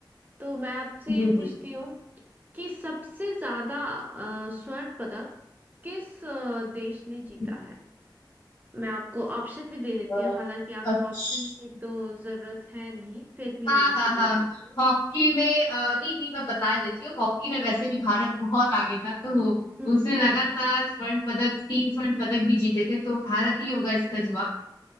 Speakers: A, on the right (about 20°); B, on the left (about 75°).
A: तो मैं आपसे
B: जी
A: ये पूछती
B: जी
A: हूँ कि सबसे ज्यादा अ, स्वर्ण पदक किस अ, देश ने जीता
B: जी।
A: है मैं आपको ऑप्शन भी दे देती
B: अ,
A: हूँ हालांकि आपको
B: अच्छा
A: ऑप्शन की तो जरूरत है नहीं फिर भी
B: हाँ
A: मैं आपको
B: हाँ
A: दे
B: हाँ
A: देती हूँ
B: हॉकी में अ, नहीं नहीं मैं बता देती हूँ हॉकी में वैसे भी भारत बहुत आगे था तो
A: हम्म
B: उसने लगातार स्वर्ण पदक तीन स्वर्ण पदक भी जीते थे तो भारत ही होगा इसका जवाब